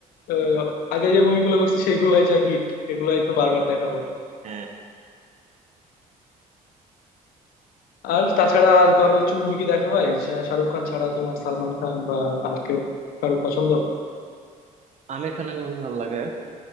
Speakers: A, on the left; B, on the right.
A: আহ,
B: না,
A: আগে যে মুভিগুলো করছে সেগুলাই যা হিট এগুলাই তো বারবার দেখা পড়ে
B: হ্যাঁ
A: আর তাছাড়া আর কারো কিছু মুভি কি দেখা হয় শা- শাহরুখ খান ছাড়া তোমার সালমান খান বা আর কেউ কারো পছন্দ
B: আমির খানের মুভি ভালো লাগে